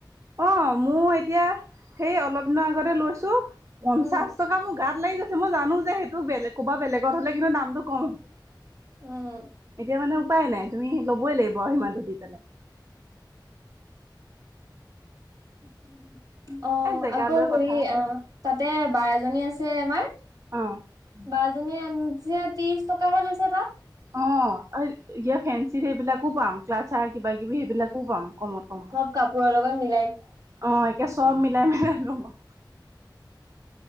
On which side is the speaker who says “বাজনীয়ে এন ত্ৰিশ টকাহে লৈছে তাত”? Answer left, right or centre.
Right